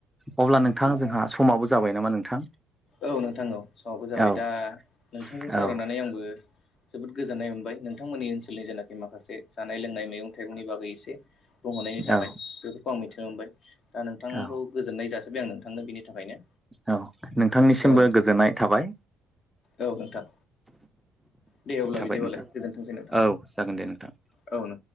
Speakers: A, in the centre; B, on the left.
A: अब्ला नोंथां जोंहा समाबो जाबाय नामा नोंथां
B: औ नोंथां औ समाबो जाबाय
A: औ
B: दा नोंथांजों
A: औ
B: सावरायनानै
A: औ
B: आंबो जोबोद गोजोननाय मोनबाय नोंथांमोननि ओनसोलनि जेखि माखासे जानाय लोंनाय मैगं-थाइगंनि बागै एसे बुंहरनायनि थाखाय
A: औ
B: बेफोरखौ आं मिथिनो मोनबाय दा नोंथांखौ
A: औ
B: गोजोन्नाय जासोबबाय आं नोंथांनो बिनि थाखायनो
A: औ नोंथांनिसिमबो
B: औ नोंथां
A: गोजोननाय थाबाय
B: औ नोंथां दे अब्ला
A: थाबाय
B: बिदिबालाय
A: नोंथां
B: गोजोनथोंसै नोंथां
A: औ जागोन दे नोंथां <unintelligible>
B: औ नोंथां